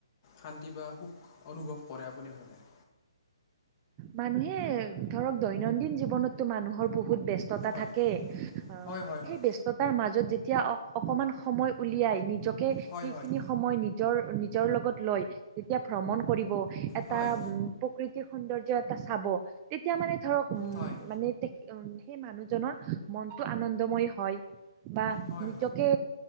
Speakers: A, on the left; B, on the right.
A: শান্তি বা সুখ অনুভৱ কৰে আপুনি ভাবে?
B: মানুহে ধৰক দৈনন্দিন জীৱনত টো মানুহৰ বহুত ব্যস্ততা
A: হয়
B: থাকে, অ',
A: হয় হয়
B: সেই
A: হয়
B: ব্য স্ততাৰ মাজত যেতিয়া অক- অকমান সময় উলিয়াই নিজকে সেইখিনি
A: হয় হয়
B: সময় নিজৰ, নিজৰ লগত লয় যেতিয়া ভ্ৰমণ কৰিব এটা
A: হয়
B: উম, প্ৰকৃতি সৌন্দৰ্য এটা চাব তেতিয়া মানে ধৰক উম,
A: হয় হয়
B: মানে উম, সেই মানুহজনৰ মনটো আনন্দময় হয়, বা
A: হয়
B: নিজকে